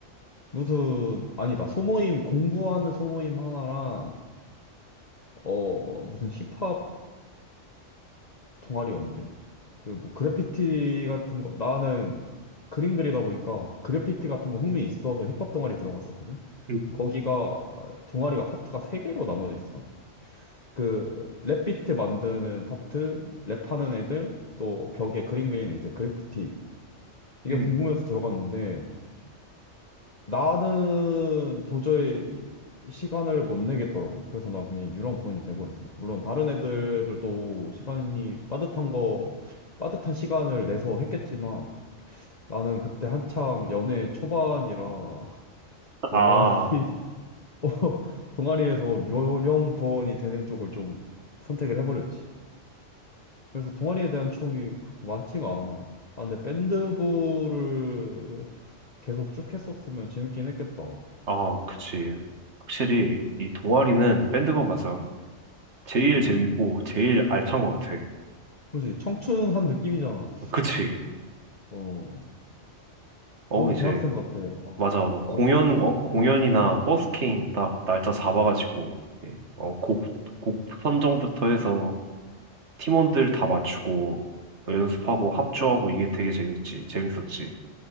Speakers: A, on the left; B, on the right.
A: 무슨, 아니다. 소모임, 공부하는 소모임 하나랑, 어, 무슨 힙합 동아리였는데? 그, 뭐, 그래피티 같은 거, 나는 그림 그리다 보니까 그래피티 같은 거 흥미 있어서 힙합 동아리 들어갔었거든?
B: 음,
A: 거기가, 동아리가 파트가 세개로 나눠져 있어. 그, 랩비트 만드는 파트, 랩하는 애들, 또 벽에 그림 그리는 이제 그래피티. 이게
B: 음.
A: 궁금해서 들어갔는데, 나는 도저히 시간을 못 내겠더라고. 그래서 난 그냥 유령분이 돼버렸어. 물론 다른 애들도 시간이 빠듯한 거, 빠듯한 시간을 내서 했겠지만 나는 그때 한창 연애 초반이라 <laughs> 동아리,
B: 아,
A: <laughs> 어, 동아리에서 유령부원이 되는 쪽을 좀 선택을 해버렸지. 그래서 동아리에 대한 추억이 그렇게 많지가 않아. 아, 근데 밴드부를 계속 쭉 했었으면 재밌긴 했겠다.
B: 아, 그치. 확실히 이 동아리는 밴드가 맞아. 제일
A: 음.
B: 재밌고 제일 알찬 것 같아.
A: 그지? 청춘한 느낌이잖아.
B: 그치?
A: 어,
B: 어
A: 너무
B: 이제
A: 대학생 같아. 아,
B: 맞아.
A: 진짜
B: 막 공연
A: 부럽다.
B: 어 공연이나 버스킹 딱 날짜 잡아가지고 어곡곡 선정부터 해서 팀원들 다 맞추고 뭐 연습하고 합주하고 이게 되게 재밌지. 재밌었지.